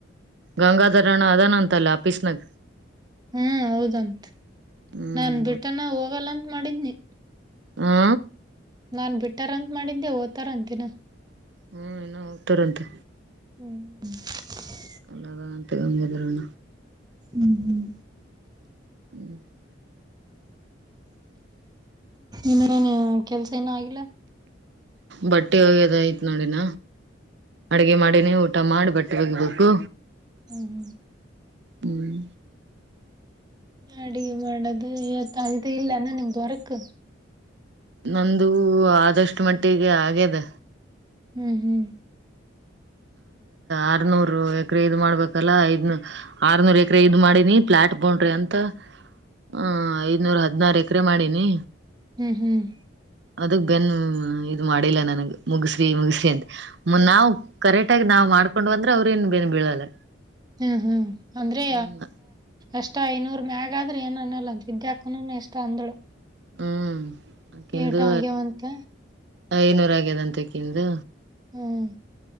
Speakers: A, on the right; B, on the right.
A: ಗಂಗಾಧರಣ್ಣ ಅದಾನ ಅಂತಲ್ಲ ಆಫೀಸ್ನಾಗ
B: ಹ್ಮ್ ಹೌದಂತ
A: ಹ್ಮ್
B: ನಾನ್ ಬಿಟನ ಹೋಗಲ್ಲಂತ ಮಾಡಿದನಿ
A: ಹಾ
B: ನಾನ್ ಬಿಟ್ಟಾರಂತ ಮಾಡಿದ್ದೆ ಓ್ತರ ಅಂತಿನ
A: ಹ್ಮ್ ಇನ ಹೋಗ್ತಾರಂತೆ
B: ಹ್ಮ್
A: ಎಲ್ಲದ ತಗದರಣ
B: ಹ್ಮ್ ಹ್ಮ್
A: ಹ
B: ಇನ್ನನು ಕೆಲ್ಸ ಏನು ಆಗಿಲ್ಲ
A: ಬಟ್ಟೆ ಹೋಗ್ಯದಯ್ತ್ ನೋಡಿನ ಅಡಗೆ ಮಾಡಿ ನೀವು ಊಟ ಮಾಡಿ ಬಟ್ಟೆ ಒೋಗಿಬೇಕು
B: ಹ್ಮ್
A: ಹ್ಮ್
B: ಅಡಿಗೆ ಮಾಡೋದು ಯವತಗಿದೆ ಇಲ್ಲಾನ ನಿಮ್ ಬರಕ್
A: ನಂದು ಆದಷ್ಟು ಮಟ್ಟಿಗೆ ಆಗ್ಯದ
B: ಹ್ಮ್ ಹ್ಮ್ <inaudible>
A: ಆರ್ನೂರು ಎಕರೆ ಇದ್ ಮಾಡ್ಬೇಕಲ್ಲಾ ಐದನ ಆರ್ನೂರ್ ಎಕರೆ ಇದ್ ಮಾಡಿನಿ ಫ್ಲಾಟ್ ಬೊಂಡ್ರಿ ಅ ಅಂತ ಹ ಐದನೂರ ಹದ್ನಾರು ಎಕರೆ ಮಾಡೀನಿ
B: ಹ್ಮ್ ಹ್ಮ್
A: ಅದಕ್ ಬೆನ್ ಇದ ಮಾಡಿಲ್ಲ ನನಗ್ ಮುಗಸ್ರಿ ಮುಗಸ್ರಿ ಅಂತ ನಾವು ಕರೆಕ್ಟ್ಗ ನಾವವು ಮಾಡ್ಕೊಂಡು ಬಂದ್ರ ಅವ್ರೇಏನ್ ಬೇನ್ ಬೀಳಲ್ಲ
B: ಹ್ಮ್ ಹ್ಮ್ ಅಂದ್ರೆ
A: ಹ್ಮ್
B: ಅಷ್ಟ ಐನೂರು ಮ್ಯಾಗ ಆದ್ರೆ ಏನ್ ಅನಲ್ಲ ಅಂತ ವಿದ್ಯಾಕ ಇಷ್ಟ ಅಂದಳು
A: ಹ್ಮ್ ಅಕಿಂದು
B: ಏಟ ಆಗ್ಯವಂತೆ
A: ಐನೂರ ಆಗ್ಯದ ಅಂತ ಕಿಂದು
B: ಹ್ಮ್